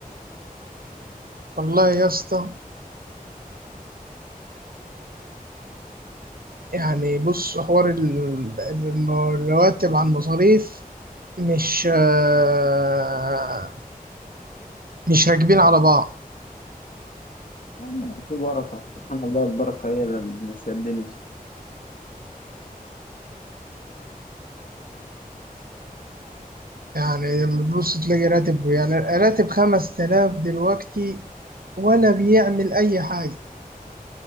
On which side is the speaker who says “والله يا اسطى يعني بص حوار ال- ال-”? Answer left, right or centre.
Right